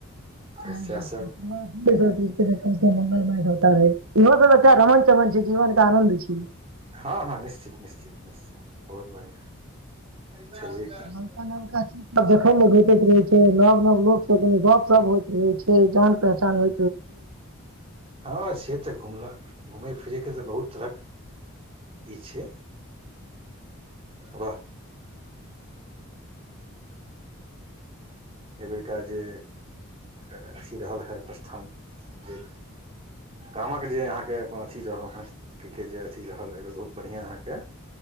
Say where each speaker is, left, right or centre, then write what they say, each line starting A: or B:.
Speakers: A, on the right; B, on the right.
A: <inaudible>
B: तऽ
A: मंगलमय
B: सएह सब
A: होताै इहो सब अच्छा रमन चमन छै जीवन के आनंन्द छै
B: हँ हँ निश्चित निश्चित निश्चित बहुत बढ़िआँ छैहे कि
A: नका नलका जखम होगे ते नव नव लोक सब कनी गप सप होइत रहे छै जान पहचान हो
B: हँ से तऽ घुमला ने घुमै फिरैके तऽ बहुत तरहक ई छै वाह एहिबेरका जे अथी रहल हए प्रस्थान जे गामक जे अहाँके अपन अथी रहलहुँ हेँ कि के जे अथी रहल एहिमे बहुत बढ़िआँ अहाँके